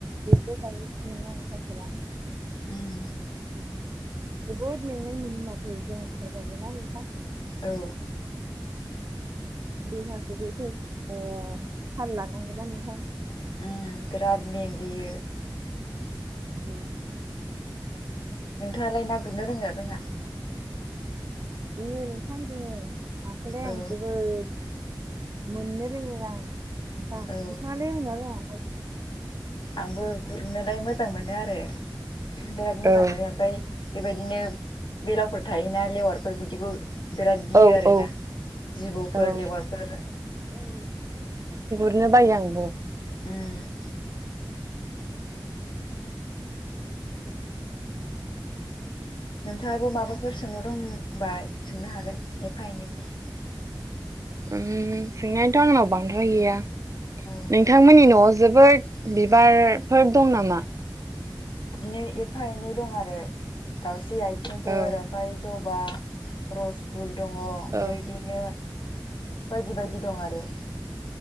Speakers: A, on the right; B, on the left.
A: जेबो ना आंफाथबा <unintelligible>
B: उम
A: जोबोद मेंनाय मोनो माथो ज' ओंखारबाबो ना नोंथां
B: औ।
A: दहाखौ बौएसे थाल लानांगोनोना नोंथां
B: उम बिराद मेंग्लियो
A: उम
B: नोंथाङालाय ना गुरनो रोंङो ना रोङा?
A: जोङो नोंथां जोङो नाखौलाइ
B: औ
A: आं जोबोद मोननो रोङो आं नोंथां
B: औ
A: नोंथांङालाय रोंङोना रोङा?
B: आंबो गुरनोलाय मोजां मोनो आरो बिराद मोजां
A: औ
B: मोनो ओमफ्राय बेबायदिनो बेलावफोर थायोना लेवारफोर बिदिखौ बिराद गियो
A: औ
B: आरोना
A: औ
B: जिबौफोर
A: औ
B: लेवारफोर
A: बिदिनो बायो आंबो
B: उम नोंथाङाबो माबाफोर सोंनाव दंबा सोंनो हागोन एफा एनैखौ
A: ओम सोंनायाथ' आंनाव बांद्राय गैया
B: औ
A: नोंथांमोननि न'आव जोबोद बिबारफोर दं नामा?
B: बिदिनो एफा एनै दं आरो दाउस्रि आइथिंफोर
A: औ
B: ओमफाय ज' बा रस फुल दङ ओमफ्राय
A: औ
B: बिदिनो बायदि बायदि दं आरो